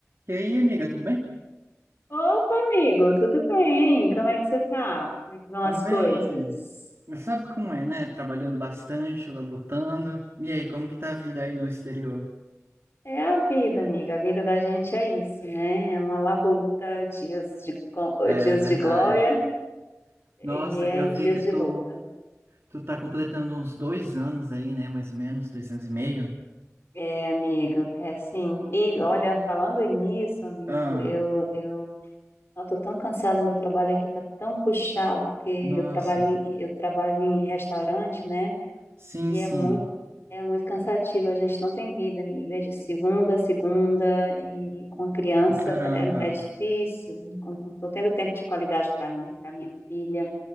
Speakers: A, on the right; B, on the left.
A: E aí, amiga, tudo bem?
B: Opa, amigo, tudo bem? Como é que você tá? Como é que vão
A: Também.
B: as coisas?
A: Sabe como é, né? Trabalhando bastante, labutando. E aí, como que tá a vida aí no exterior?
B: É a vida, amiga. A vida da gente é isso, né? É uma labuta, dias de, co-
A: É
B: dias
A: verdade.
B: de glória e
A: Nossa,
B: é,
A: eu vi
B: dias
A: que tu,
B: de luta.
A: tu tá completando uns dois anos aí, né? Mais ou menos, dois anos e meio.
B: É, amigo, é assim. E olha, falando nisso, amigo,
A: Ah,
B: eu, eu, eu tô tão cansada, meu trabalho aqui tá tão puxado, porque eu
A: nossa.
B: trabalho em, eu trabalho em restaurante, né?
A: Sim,
B: E
A: sim.
B: é muito, é muito cansativo, a gente não tem vida, amiga. É de segunda a segunda e com a criança
A: Caramba.
B: é, é difícil. Estou tendo tempo de qualidade para mim, para minha filha.